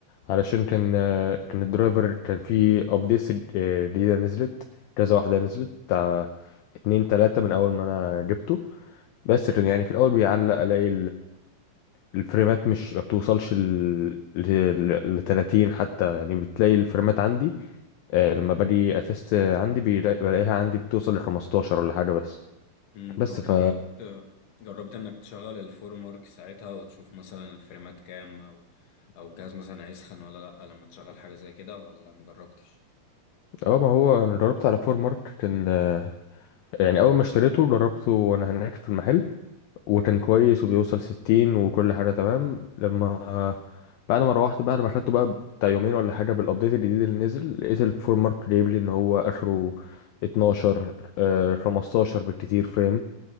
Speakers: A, on the left; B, on the left.
A: علشان كان آه، كان الدرايفر كان في أبديتس جديدة نزلت كذا واحدة نزلت بتاع اتنين تلاتة من أول ما أنا جبته بس كان يعني في الأول بيعلق ألاقي الفريمات مش ما بتوصلش ل ل- ل 30 حتى يعني بتلاقي الفريمات عندي آه لما باجي اتست عندي بيلا- بلاقيها عندي بتوصل ل 15 ولا حاجه بس
B: مم،
A: بس
B: طب
A: ف
B: جربت جربت انك تشغل الفورم ورك ساعتها وتشوف مثلا الفريمات كام او او الجهاز مثلا هيسخن ولا لا لما تشغل حاجة زي كده ولا مجربتش
A: اه ما هو انا جربت على فور مارك كان آه، يعني اول ما اشتريته جربته وانا هناك في المحل وكان كويس وبيوصل 60 وكل حاجه تمام لما بعد ما روحت بعد ما خدته بقى بتاع يومين ولا حاجه بالابديت الجديد اللي نزل لقيت الفور مارك جايب لي ان هو اخره 12 آه، 15 بالكتير فريم